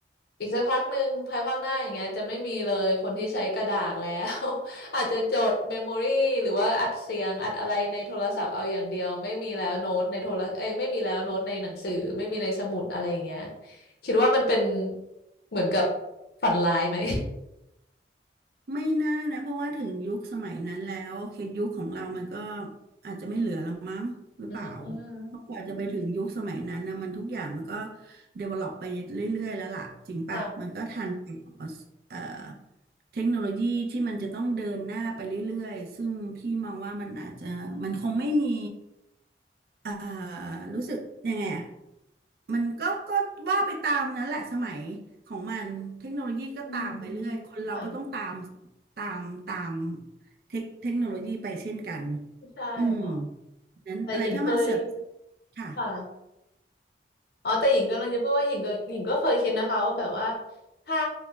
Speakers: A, on the left; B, on the right.
A: อีกสักพักหนึ่งภายภาคหน้าอย่างเงี้ยจะไม่มีเลยคนที่ใช้กระดาษแล้ว <laughs> อาจจะจดเมมโมรี่หรือว่าอัดเสียงอัดอะไรในโทรศัพท์เอาอย่างเดียวไม่มีแล้วโน้ตในโทรเอ้ยไม่มีแล้วโน้ตในหนังสือไม่มีในสมุดอะไรอย่างเงี้ยคิดว่ามันเป็นเหมือนกับฝันร้ายไหม
B: ไม่น่านะเพราะว่าถึงยุคสมัยนั้นแล้วโอเคยุคของเรามันก็อาจจะไม่เหลือละมั้งหรือเปล่า
A: <laughs> อืม
B: เพราะกว่าจะไปถึงยุคสมัยนั้นนะมันทุกอย่างมันก็ develop ไปเรื่อยๆแล้วล่ะจริงปะมันก็ทันกับ
A: ค่ะ
B: เอ่อเทคโนโลยีที่มันจะต้องเดินหน้าไปเรื่อยๆซึ่งพี่มองว่ามันอาจจะมันคงไม่มี อ่ารู้สึกยังไงอะมันก็ก็ว่าไปตามนั้นแหละสมัยของมันเทคโนโลยีก็ตามไปเรื่อย
A: อืม
B: คนเราก็ต้องตาม
A: ค่ะ
B: ตามตามเทคเทคโนโลยีไปเช่นกัน
A: ใช่เนาะ
B: อืมนั้นอะไรถ้ามันเสื่อม
A: แต่หญิงเคย
B: ค่ะ
A: ค่ะอ๋อ แต่หญิงกำลังจะพูดว่าหญิงก็หญิงก็เคยคิดนะคะว่าแบบว่าถ้า